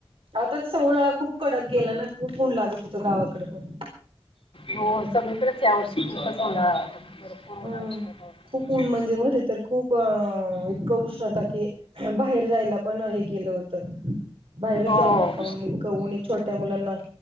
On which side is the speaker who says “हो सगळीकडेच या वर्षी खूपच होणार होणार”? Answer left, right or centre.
Left